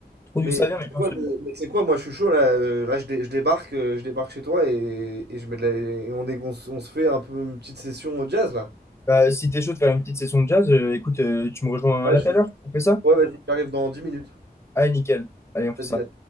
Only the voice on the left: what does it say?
trop
d'où ça vient, mais je
pense
que...
Bah, si t'es chaud de faire une petite session de jazz, euh, écoute, euh, tu me rejoins
là
tout à l'heure. On fait ça?
Allez, nickel. Allez, on fait
ça.